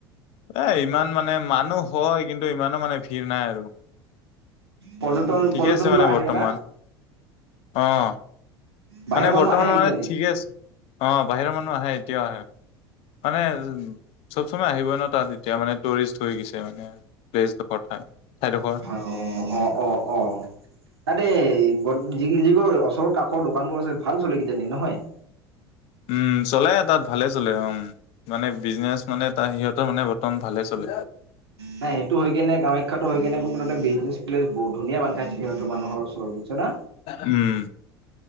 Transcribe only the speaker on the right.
পৰ্যটন
পৰ্যটন
বিলাক
আহে
না?
বাহিৰৰ
মানুহ
আহে কিজানি?
অ', অ', অ', অ'। তাতে যি যিবোৰ ওচৰ কাষৰ দোকানবোৰ আছে, ভাল চলে কিজানি নহয়?
নাই সেইটো হৈ কিনে কামাখ্যাটো হৈ কিনে, তাতে বিজনেছ প্লেছ বহুত ধুন বান্ধ খাইছে। সিহঁতৰ মানুহৰ ওচৰত বুজিছ না।